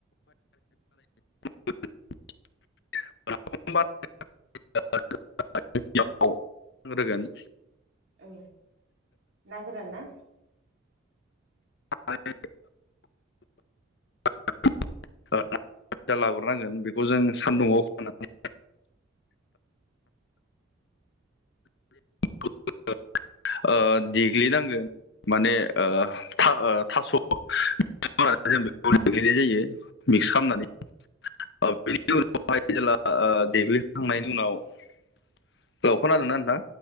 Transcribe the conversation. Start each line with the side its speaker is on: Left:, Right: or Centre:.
Left: <unintelligible> <unintelligible> <unintelligible> <unintelligible>
Right: औ ना गोरान ना?
Left: आरो <unintelligible> <unintelligible> लाग्रोनांगोन बेखौ जों सान्दुङाव फोराननानै <unintelligible> ओ देग्लिनांगो। माने ओ थास' <unintelligible> होनानै जों बेखौ देग्लानाय जायो। मिक्स खामनानै। ओ बेनि उनावहाय जेला देग्लिखांनायनि उनाव <unintelligible> लौ खोनादोंना नोंथां?